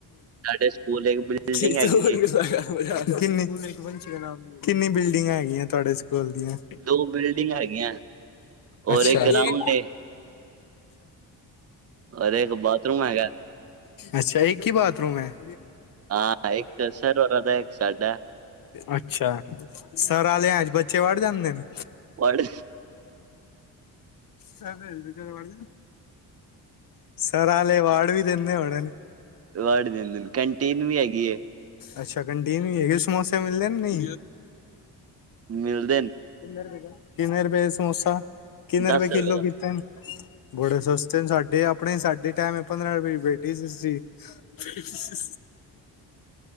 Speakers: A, on the right (about 35°); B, on the left (about 50°).
A: ਸਾਡੇ ਸਕੂਲ ਇੱਕ ਬਿਲਡਿੰਗ
B: ਹੂੰ, ਕਿਤਾ
A: ਹੈਗੀ ਏ
B: ਹੋਰ ਕਿੰਨੀ-ਕਿੰਨੀ ਬਿਲਡਿੰਗਾਂ ਹੈਗੀਆਂ, ਤੁਹਾਡੇ ਸਕੂਲ ਦੀਆਂ?
A: ਦੋ ਬਿਲਡਿੰਗ ਹੈਗੀਆਂ ਔਰ
B: ਅੱਛਾ-ਅੱਛਾ।
A: ਇੱਕ ਗਰਾਊਂਡ ਏ ਔਰ ਇੱਕ ਬਾਥਰੂਮ ਹੈਗਾ
B: ਅੱਛਾ, ਇੱਕ ਹੀ ਬਾਥਰੂਮ ਹੈ।
A: ਹਾਂ ਇੱਕ ਸਰ ਔਰਾ ਦਾ ਹੈ ਹੋਰ ਇਕ ਸਾਡਾ ਹੈ।
B: ਅੱਛਾ, ਸਰ ਆਲੇਆ ਚ ਬੱਚੇ ਵੜ ਜਾਂਦੇ ਨੇ?
A: ਵੜ
B: ਸਰ ਉਹਨਾਂ ਦੇ ਬੱਚੇ ਵੜ ਜਾਂਦੇ ਨੇ? ਸਰ ਵਾਲੇ ਵਾੜ ਵੀ ਦਿੰਦੇ ਹੋਣੇ ਹਨ।
A: ਵਾਡ ਵੀ ਦਿੰਦੇ ਹਨ, ਕੈਨਟੀਨ ਵੀ ਹੈਗੀ ਐਂ।
B: ਅੱਛਾ, ਕੈਨਟੀਨ ਵੀ ਹੈਗੀ ਐਂ, ਸਮੋਸੇ ਮਿਲਦੇ ਨੀ।
A: ਮਿਲਦੇ ਨੇ।
B: ਕਿੰਨੇ ਰੁਪਏ, ਕਿੰਨੇ ਰੁਪਏ ਸਮੋਸਾ ਕਿੰਨੇ
A: ਦਸ
B: ਰੁਪਏ ਕਿਲੋ
A: ਦਾ
B: ਕਿਤੇ ਨੇ? ਬੜੇ ਸਸਤੇ ਨੇ, ਸਾਡੇ ਆਪਣੇ ਸਾਡੇ ਟਾਈਮ ਪੰਦਰਾਂ ਰੁਪਏ ਪੇਟੀਸ ਸੀ। ਹੀ-ਹੀ-ਹੀ।